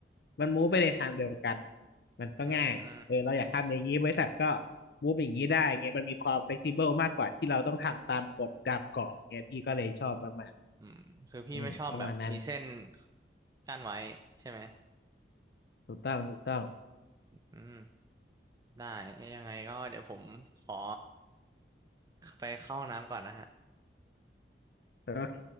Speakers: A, on the left; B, on the right.
A: มันมูฟไปในทางเดียวกันมันก็ง่ายเออเราอยากทำอย่างนี้บริษัทก็
B: อืมอืม
A: มูฟอย่างนี้ได้ไงมันมีความ flexible มากกว่าที่เราต้องทำตามกฎตามกรอบเงี้ยพี่ก็เลยชอบมาก
B: อืมคือพี่ไม่ชอบแบบมีเส้น
A: ๆอืมประมาณนั้น
B: กั้นไว้ใช่ไหม
A: ถูกต้องถูกต้อง
B: อืมได้ยังไงก็เดี๋ยวผมขอไปเข้าห้องน้ำก่อนนะฮะ
A: โอเค